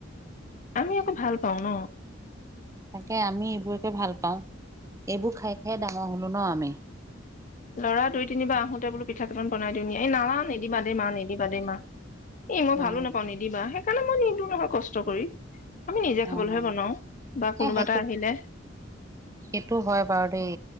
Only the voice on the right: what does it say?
তাকে আমি এইবোৰকে ভাল পাওঁ, এইবোৰ খাই খাই ডাঙৰ হলো ন আমি।
অ
অ'
এ সেইটো,
সেইটো হয় বাৰু দেই